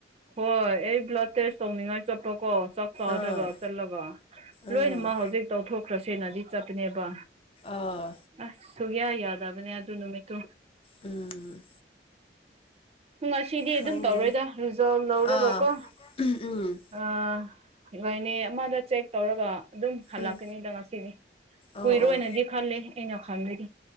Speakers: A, on the right; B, on the left.
A: ꯍꯣꯏ ꯑꯩ ꯕ꯭ꯂꯗ ꯇꯦꯁ ꯇꯧꯅꯤꯡꯉꯥꯏ ꯆꯠꯄ꯭ꯔꯣꯀꯣ ꯆꯥꯛ ꯆꯥꯔꯒ
B: ꯑꯥ
A: ꯆꯠꯂꯒ
B: ꯑꯥ
A: ꯂꯣꯏꯅ ꯃꯛ ꯍꯧꯖꯤꯛ ꯇꯧꯊꯣꯛꯈ꯭ꯔꯁꯦꯅꯗꯤ ꯆꯠꯄꯅꯦꯕ꯫
B: ꯑꯥ
A: ꯑꯁ ꯁꯨꯌꯥ ꯌꯥꯗꯕꯅꯦ ꯑꯗꯨ ꯅꯨꯃꯤꯠꯇꯨ꯫
B: ꯎꯝ
A: ꯉꯁꯤꯗꯤ
B: ꯈꯪꯗꯦ
A: ꯑꯗꯨꯝ ꯇꯧꯔꯣꯏꯗ ꯔꯤꯖꯥꯜ ꯂꯧꯔꯒꯀꯣ
B: ꯑꯥ ꯎꯝ ꯎꯝ
A: ꯑ ꯏꯣꯏꯅꯦ ꯑꯃꯗ ꯆꯦꯛ ꯇꯧꯔꯒ ꯑꯗꯨꯝ ꯍꯜꯂꯛꯀꯅꯤꯗ
B: ꯎꯝ
A: ꯉꯁꯤꯗꯤ
B: ꯑꯣ
A: ꯀꯨꯏꯔꯣꯏꯅꯗꯤ
B: ꯑꯣ
A: ꯈꯜꯂꯦ ꯑꯩꯅ ꯈꯪꯕꯗꯤ